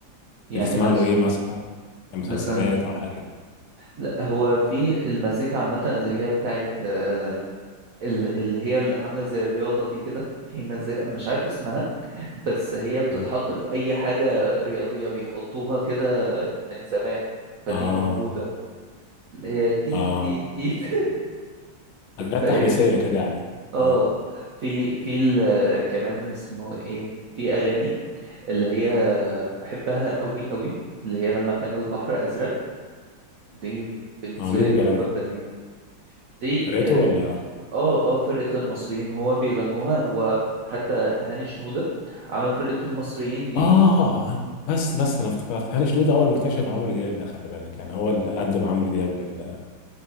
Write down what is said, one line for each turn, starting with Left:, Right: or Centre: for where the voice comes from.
Right: يعني
Left: بتسمع
Right: مس
Left: له ايه مثلا إيه مسلسلات
Right: مثلا
Left: او حاجه
Right: لا هو في المزيكا عامة اللي هي بتاعت آه، ال- اللي هي اللي عاملة زي الرياضة دي كده في مزيكا مش عارف اسمها بس هي بتتحط
Left: مم.
Right: في أي حاجة رياضية بيحطوها كده من زمان فدي
Left: اه
Right: موجودة اللي هي تي
Left: اه
Right: تي تي <laughs>
Left: حاجات
Right: فاهم
Left: تحميسيه كده يعني
Right: اه
Left: اه
Right: في في ال- كمان اسمه ايه في أغاني اللي هي بحبها قوي قوي اللي هي لما كان البحر أزرق دي بالنسبة
Left: اه مين
Right: لي تحفة
Left: اللي بيغني
Right: فنية دي
Left: فرقته
Right: اه
Left: ولا
Right: اه آه، فرقة المصريين هو بيغنوها هو حتى هاني شنودة عمل فرقة المصريين دي
Left: اه بس بس انا افتكرت هاني شنودر هو المكتشف عمرو دياب ده خلي بالك يعني هو اللي قدم عمرو دياب لل-